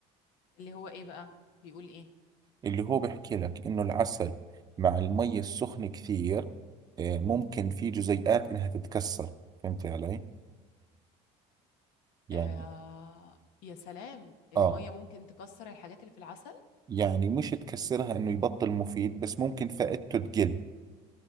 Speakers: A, on the left; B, on the right.
A: اللي هو ايه بقى بيقول ايه
B: اللي هو بيحكي لك إنه العسل مع المي السخن كثير آه، ممكن في جزيئات إنها تتكسر فهمت علي؟ يعني
A: آه يا سلام الميه
B: آه
A: ممكن تكسر الحاجات اللي في العسل
B: يعني مش تكسرها إنه يبطل مفيد بس ممكن فائدته تقل